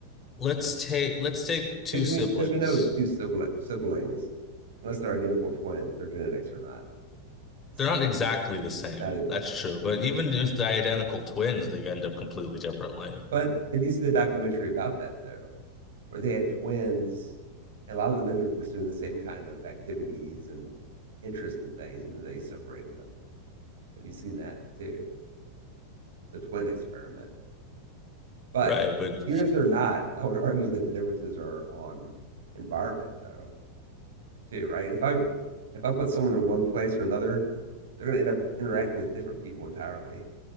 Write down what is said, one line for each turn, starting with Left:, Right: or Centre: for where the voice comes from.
Left: let's take let's take two
Right: Because
Left: siblings.
Right: we, because we know two siblings, unless they're identical twins, their genetics are not the same,
Left: They're not exactly the same.
Right: not even
Left: That's
Right: close.
Left: true. But even
Right: Yeah.
Left: if they're identical twins, they end up completely differently.
Right: But did you see the documentary about that though, where they had twins, and a lot of them ended up pursuing the same kind of activities and interest in things, even though they separated them. Have you seen that too? It's a twin experiment. But
Left: Right, but
Right: even if they're not, I would argue that the differences are on environment though. too, right? If I if I put someone in one place or another, they're going to end up interacting with different people entirely,